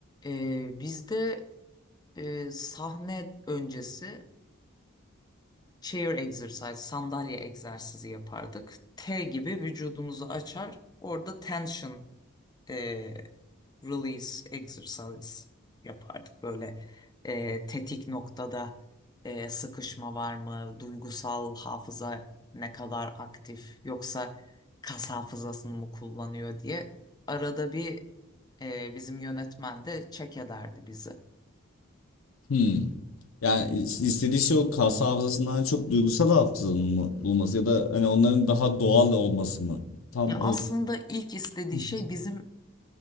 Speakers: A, on the left; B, on the left.
A: Ee, bizde e, sahne öncesi chair exercise, sandalye egzersizi yapardık. T gibi vücudumuzu açar, orada tension e, release exercise yapardık. Böyle e, tetik noktada e, sıkışma var mı, duygusal hafıza ne kadar aktif, yoksa kas hafızasını mı kullanıyor diye. Arada bir e, bizim yönetmen de check ederdi bizi.
B: Hmm. Yani is- istediği şey o kas hafızasından çok duygusal hafızanın mı bulması ya da hani onların daha doğal olması mı? Tam
A: Ya
B: o
A: aslında ilk istediği
B: <laughs>
A: şey bizim